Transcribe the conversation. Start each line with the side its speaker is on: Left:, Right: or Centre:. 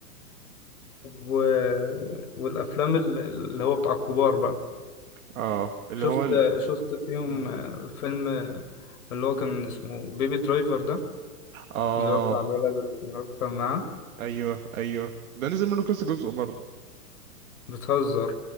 Left: و... والافلام ال- اللي هو بتاع الكبار بقى
Right: اه اللي
Left: شفت
Right: هو ال...
Left: شفت فيهم
Right: م.
Left: فيلم اللي هو كان اسمه بيبي درايفر ده
Right: اه
Left: اللي هو بتاع الولد اللي كان أكتر معاه
Right: ايوه ايوه ده نزل منه كذا جزء برضه
Left: بتهزر